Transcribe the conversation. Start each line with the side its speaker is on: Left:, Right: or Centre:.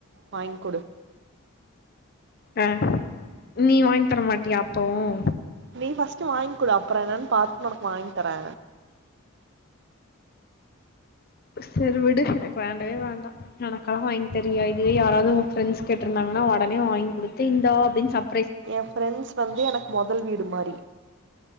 Right: வாங்கிக் குடு
Left: அஹ நீ வாங்கி தர மாட்டியா அப்பவும்
Right: நீ பஸ்டு வாங்குடு அப்பற என்னன்னு பாத்து உனக்கு வாங்கி தரே
Left: செரு விடு எனக்கு வேண்டவே வேண்டா எனக்காக வாங்கி தருவியா இதுவே யாராது உ ஃப்ரண்ட்ஸ் கேட்டிருந்தாங்கன்னா உடனே வாங்கி குடுத்து இந்தா அப்படின் சப்
Right: என் ஃப்ரெண்ட்ஸ் வந்து எனக்கு முதல் வீடு மாரி